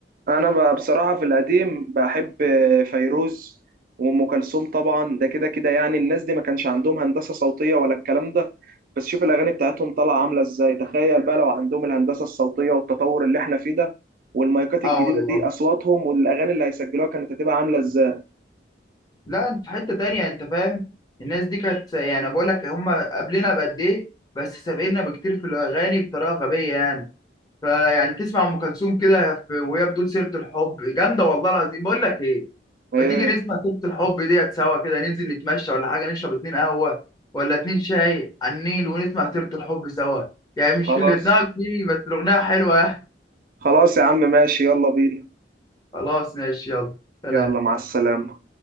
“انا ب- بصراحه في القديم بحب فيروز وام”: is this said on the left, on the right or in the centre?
Right